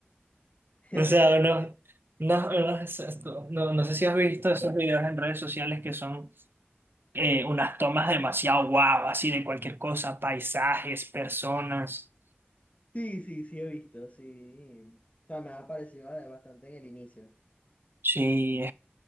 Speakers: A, on the left; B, on the right.
A: <laughs>
B: O sea, no, no, no, es esto. no, no sé si has visto esos videos en redes sociales que son eh, unas tomas demasiado guau, así de cualquier cosa, paisajes, personas.
A: Sí, sí, sí he visto, sí. O sea, me ha parecido eh, bastante en el inicio.
B: Sí,